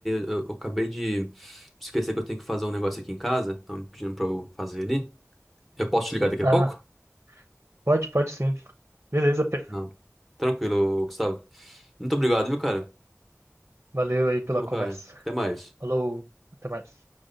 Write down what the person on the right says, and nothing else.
Ah,
pode, pode sim. Beleza, Pedro.
Valeu aí pela
conversa.
Falou, até mais.